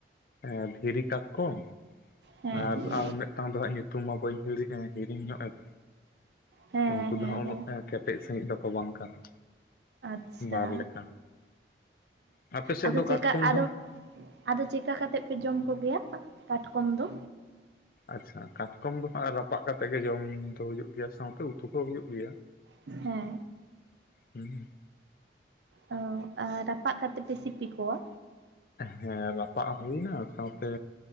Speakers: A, on the left; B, on the right.
A: ᱮᱸ ᱫᱷᱤᱨᱤ ᱠᱟᱴᱠᱚᱢ
B: ᱦᱮᱸ
A: ᱟᱨ ᱟᱨ ᱢᱤᱫᱴᱟᱝ ᱫᱚ ᱦᱟᱜ ᱧᱩᱛᱩᱢ ᱵᱟᱹᱧ ᱦᱤ ᱦᱤᱲᱤᱧ ᱧᱚᱜ ᱮᱫᱟ᱾
B: ᱦᱮᱸ
A: ᱩᱱᱠᱩ
B: ᱦᱮᱸ
A: ᱫᱚ ᱦᱟᱸᱜ ᱩᱱᱟᱹᱜ
B: ᱦᱮᱸ
A: ᱠᱮᱴᱮᱡ ᱥᱟᱹᱦᱤᱡ ᱫᱚᱠᱚ ᱵᱟᱝ ᱠᱟᱱᱟ᱾
B: ᱟᱪᱪᱷᱟ
A: ᱵᱟᱨ ᱞᱮᱠᱟ ᱟᱯᱮ ᱥᱮᱫ
B: ᱟᱫᱚ
A: ᱫᱚ ᱠᱟᱴᱠᱚᱢ
B: ᱪᱮᱠᱟ ᱟᱫᱚ
A: ᱫᱚ
B: ᱟᱫᱚ ᱪᱮᱠᱟ ᱠᱟᱛᱮᱜ ᱯᱮ ᱡᱚᱢ ᱠᱚᱜᱮᱭᱟ ᱠᱟᱴᱠᱚᱢ ᱫᱚ?
A: ᱟᱪᱪᱷᱟ ᱠᱟᱴᱠᱚᱢ ᱫᱚ ᱦᱟᱸᱜ ᱨᱟᱯᱟᱜ ᱠᱟᱛᱮᱜ ᱜᱮ ᱡᱚᱢ ᱫᱚ ᱦᱩᱭᱩᱜ ᱜᱮᱭᱟ ᱥᱟᱶᱛᱮ ᱩᱛᱩ ᱠᱚ ᱦᱚᱸ ᱦᱩᱭᱩᱜ ᱜᱮᱭᱟ᱾
B: ᱦᱮᱸ᱾
A: ᱦᱩᱸ᱾
B: ᱚ ᱟᱨ ᱨᱟᱯᱟᱜ ᱠᱟᱛᱮ ᱯᱮ ᱥᱤᱯᱤ ᱠᱚᱣᱟ᱾
A: ᱦᱮᱸ ᱨᱟᱯᱟᱜ ᱦᱩᱭ ᱮᱱᱟ ᱥᱟᱶᱛᱮ